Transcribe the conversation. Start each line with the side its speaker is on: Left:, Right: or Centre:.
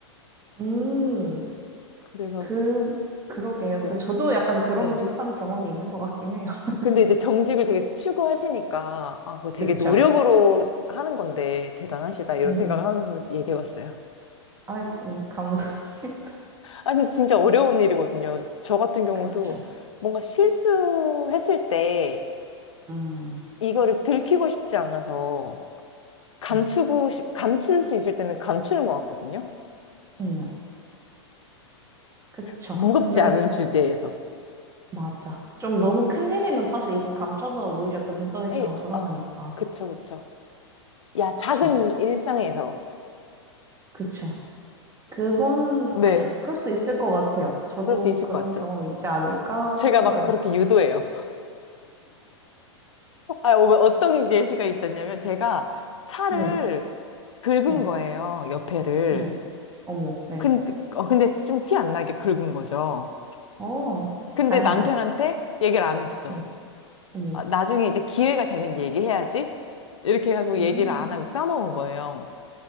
Right: 음,
Left: 그래서
Right: 그, 그러게요.
Left: 네,
Right: 근데 저도 약간 그런
Left: 네.
Right: 비슷한 경험이 있는 것 같긴 해요. <laughs>
Left: 근데 이제 정직을 되게 추구하시니까, 아, 그 되게
Right: 그쵸?
Left: 노력으로 하는 건데, 대단하시다, 이런
Right: 음,
Left: 생각을 하면서 얘기해 봤어요.
Right: 아이고, 감사님. <laughs>
Left: 아니, 진짜 어려운 일이거든요. 저 같은 경우도
Right: 그쵸.
Left: 뭔가 실수했을 때,
Right: 음,
Left: 이거를 들키고 싶지 않아서, 감추고
Right: 음,
Left: 싶, 감출 수 있을 때는 감추는 것 같거든요.
Right: 음, 그쵸.
Left: 무겁지
Right: 근데,
Left: 않은 주제에서.
Right: 맞아. 좀 너무 큰일이면 사실 이건 감춰서 오히려 더 눈덩이처럼
Left: 에이,
Right: 불어나니까.
Left: 아, 그쵸, 그쵸. 야, 작은
Right: 그쵸.
Left: 일상에서.
Right: 그쵸. 그거는,
Left: 네.
Right: <sniffs> 그럴 수 있을 것 같아요. 저도
Left: 그럴 수 있을
Right: 그런
Left: 것 같죠.
Right: 경험이 있지 않을까
Left: 제가
Right: 싶어요.
Left: 막 그렇게 유도해요. 아, 어, 어떤 예시가 있었냐면 제가 차를
Right: 네.
Left: 긁은
Right: 네,
Left: 거예요, 옆에를.
Right: 네. 어머, 네.
Left: 근데, 어, 근데 좀 티 안 나게 긁은 거죠.
Right: 어,
Left: 근데
Right: 다행이다.
Left: 남편한테 얘기를 안 했어.
Right: 네, 어머.
Left: 아, 나중에 이제 기회가 되면 얘기해야지. 이렇게 하고
Right: 음.
Left: 얘기를 안 하고 까먹은 거예요.